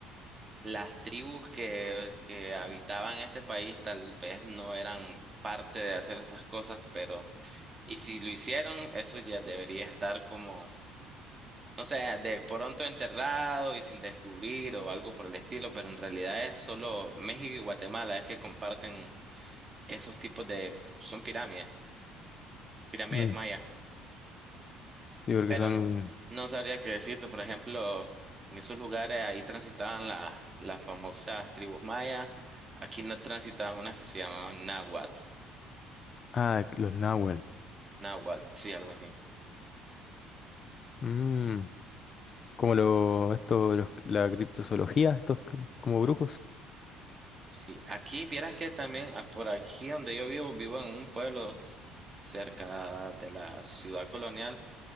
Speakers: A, on the right; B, on the left.
A: las tribus que, que habitaban este país tal vez no eran parte de hacer esas cosas, pero, y si lo hicieron, eso ya debería estar como O sea, de pronto enterrado y sin descubrir o algo por el estilo, pero en realidad es solo México y Guatemala es que comparten esos tipos de, son pirámides, pirámides
B: Mm.
A: mayas,
B: Sí, porque
A: pero
B: son...
A: no, no sabría qué decirte, por ejemplo, en esos lugares ahí transitaban la- las famosas tribus mayas, aquí no transitaban unas que se llamaban náhuatl,
B: Ah, los náhuatl.
A: náhuatl, sí, algo así.
B: Mm, Como lo, esto, los- la criptozoología, estos c- como brujos.
A: Sí, aquí vieras que también ah, por aquí donde yo vivo, vivo en un pueblo s- cerca de la ciudad colonial.